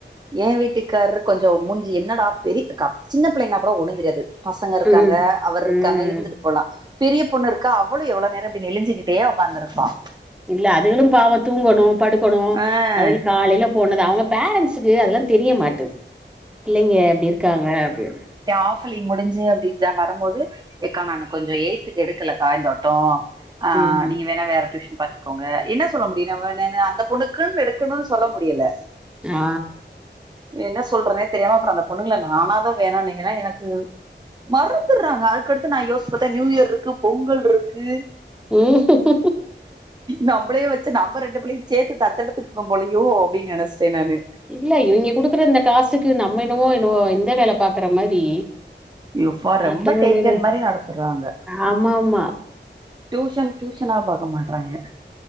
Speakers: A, on the right; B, in the centre.
A: ஏ வீட்டுக்காரு கொஞ்சோ மூஞ்சிய என்னடா பெரி க சின்ன பிள்ளைங்கனா கூட ஒன்னு தெரியது பசங்க இருக்காங்க
B: ம்
A: அவர் இருக்காங்க
B: ம்
A: இருந்துட் போலா பெரிய பொண்ணு இருக்கா அவ்ளு எவ்ளோ நேரோ இப்டி நெலிஞ்சிகிட்டே உக்காந்துருப்பா
B: இல்ல அதுகளு பாவோ தூங்கணு படுக்கணு
A: ஆ
B: அதுல காலையில போனது அவங்க பேரண்ஸ்க்கு அதெல்லா தெரிய மாட்டது பிள்ளைங்க இப்டி இருக்காங்க அப்டி
A: ஆஃபேலி முடிஞ்சி அப்டி ஜ வரம்போது ஏக்கா நானு கொஞ்சோ எயித்தக்கு எடுக்கலக்கா இந்த தொட்டோ ஆ
B: ம்
A: நீங்க வேணா வேற டியூஷன் பத்து கோங்க என்ன சொல்ல முடியு நவனன அந்த பொண்ணுக்குன் எடுக்கணு சொல்ல முடியல
B: ஆ
A: என்ன சொல்றனே தெரியாம அப்புறோ அந்த பொண்ணுங்கல நானாதா வேணான்னே ஏன்னா எனக்கு மறந்துறாங்க அதுக்கடுத்து நா யோசிபாத்தா நியூ இயர் இருக்கு பொங்கல் இருக்கு
B: ம்
A: நம்பளே வச்சி நம்ம ரெண்டு பிள்ளையு சேத்து தத்தெடுத்துக்கோ போலையோ அப்டின் நெனச்சிட்டே நானு
B: இல்ல இவிங்க குடுக்குற இந்த காசுக்கு நம்ம என்னவோ என்னவோ இந்த வேல பாக்குற மாரி
A: இப்பா ரொம்ப
B: அத்த வேலைல
A: டேக்கர் மாரி நடத்துறாங்க
B: ஆமா ஆமா
A: டியூஷன் டியூஷனா பாக்க மாட்டறாங்க